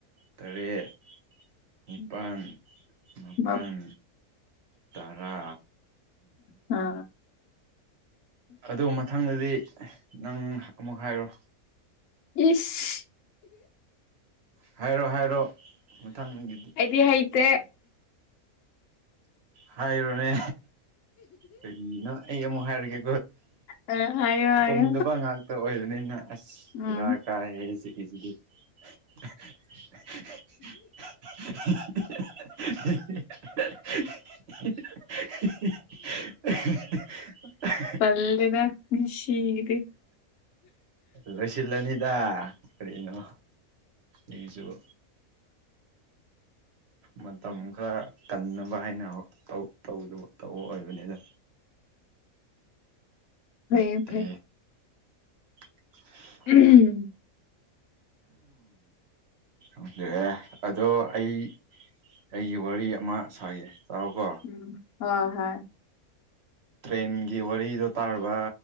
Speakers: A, on the right; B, on the left.
A: ꯇꯔꯦꯠ ꯅꯤꯄꯥꯜ
B: ꯎꯝ
A: ꯃꯥꯄꯜ
B: ꯃꯞ
A: ꯇꯔꯥ
B: ꯍꯥ
A: ꯑꯗꯨ ꯃꯊꯪꯗꯗꯤ ꯅꯪ ꯑꯃꯨꯛ ꯍꯥꯏꯔꯣ
B: ꯏꯁ
A: ꯍꯥꯏꯔꯣ ꯍꯥꯏꯔꯣ ꯃꯊꯪꯒꯤꯗꯤ
B: ꯑꯗꯤ ꯍꯥꯏꯇ
A: ꯍꯥꯏꯔꯣꯅꯦ ꯀꯔꯤꯅꯣ ꯑꯩ ꯑꯃꯨꯛ ꯍꯥꯏꯔꯒꯦ
B: ꯑꯥ ꯍꯥꯏꯌꯣ ꯍꯥꯏꯌꯣ
A: ꯍꯨꯝꯗꯕ ꯉꯥꯛꯇ ꯑꯣꯏꯕꯅꯤꯅ ꯑꯁꯔꯥꯛ
B: ꯎꯝ
A: ꯀꯥꯏꯁꯤꯗꯤꯁꯤꯗꯤ <unintelligible> <unintelligible>
B: ꯄꯂꯦꯕꯁꯤꯗꯤ
A: ꯂꯣꯏꯁꯤꯜꯂꯅꯤꯗ ꯀꯔꯤꯅꯣ ꯍꯁꯨꯕ ꯃꯇꯝ ꯈꯔ ꯀꯟꯅꯕ ꯍꯥꯏꯅ ꯇꯧꯕ ꯑꯣꯏꯕꯅꯤꯗ
B: ꯐꯩꯌꯦ
A: ꯃꯁꯦ
B: ꯐꯩ
A: <unintelligible>
B: ꯎꯝ
A: ꯎꯝꯦ ꯑꯗꯣ ꯑꯩ ꯑꯩꯒꯤ ꯋꯥꯔꯤ ꯑꯃ ꯁꯥꯥꯏꯌꯦ ꯆꯥꯛꯔꯀꯣ
B: ꯎ ꯍꯣꯏ ꯍꯣꯏ
A: ꯇ꯭ꯔꯦꯟꯒꯤ ꯋꯥꯔꯤꯗꯣ ꯇꯥꯔꯕ